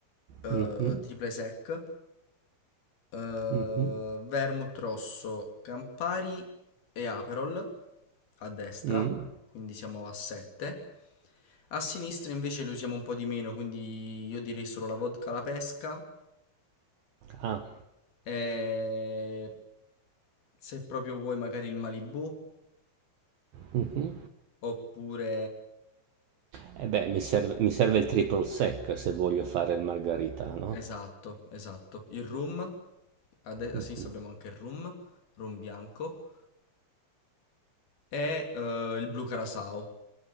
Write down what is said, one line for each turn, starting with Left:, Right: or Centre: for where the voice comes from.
Left: eh,
Right: mhm,
Left: triple sec, eh,
Right: mhm,
Left: vermouth rosso, Campari e Aperol a destra,
Right: mm.
Left: quindi siamo a 7. A sinistra invece lo usiamo un po' di meno, quindi io direi solo la vodka alla pesca
Right: Ah,
Left: e se proprio vuoi magari il Malibu
Right: mhm.
Left: oppure
Right: Eh beh, mi serve mi serve il triple sec se voglio fare il margaritano.
Left: esatto, esatto, il rum. A, de- a
Right: Mh.
Left: sinistra abbiamo anche il rum, rum bianco. è eh, il blu carasao.